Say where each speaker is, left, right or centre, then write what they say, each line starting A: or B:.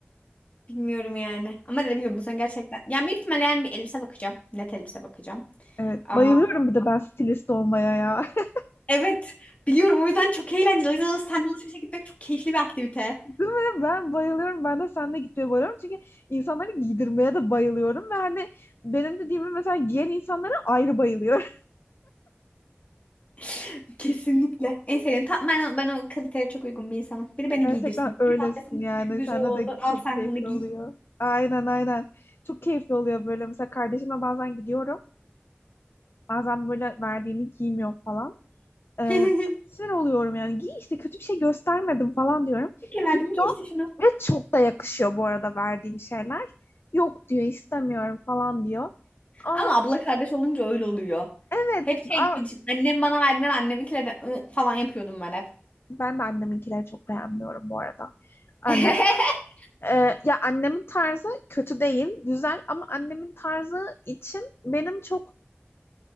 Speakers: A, on the left; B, on the left.
A: Bilmiyorum yani. Ama dediğim gibi bu sene gerçekten. Ya büyük ihtimalle yani bir elbise bakacağım. Net elbise bakacağım.
B: Evet,
A: Aa,
B: bayılıyorum bir de ben stilist olmaya ya. <laughs>
A: evet. Biliyorum o yüzden çok eğlenceli. O yüzden alışverişe alışverişe gitmek çok keyifli bir aktivite.
B: Değil mi? Ben bayılıyorum. Ben de seninle gitmeye bayılıyorum. Çünkü insanları giydirmeye de bayılıyorum. Ve hani benim dediğimi mesela giyen insanlara ayrı bayılıyorum.
A: <laughs> Kesinlikle. En sevdiğim. Tam ben, ben o kaliteye çok uygun bir insanım. Biri beni
B: <laughs> Gerçekten
A: giydirsin.
B: öylesin
A: Biri bana desin ki
B: yani.
A: şu güzel
B: Sende
A: oldu.
B: de
A: Al
B: çok
A: sen
B: keyifli
A: bunu giy.
B: oluyor. Aynen aynen. Çok keyifli oluyor böyle. Mesela kardeşimle bazen gidiyorum. Bazen böyle verdiğimi giymiyor falan. Ee,
A: <laughs>
B: sinir oluyorum yani. Giy işte kötü bir şey göstermedim falan diyorum.
A: Peki verdim
B: Giyiyor
A: giy işte şunu.
B: ve çok da yakışıyor bu arada verdiğim şeyler. Yok diyor istemiyorum falan diyor. Aa,
A: Ama abla kardeş olunca öyle oluyor.
B: evet
A: Hep şey
B: aa,
A: gibi düşün, annem bana verdiler anneminkiyle de "Iı" falan yapıyordum ben hep.
B: ben de anneminkileri çok beğenmiyorum bu arada. Anne.
A: <laughs>
B: e, ya annemin tarzı kötü değil, güzel ama annemin tarzı için benim çok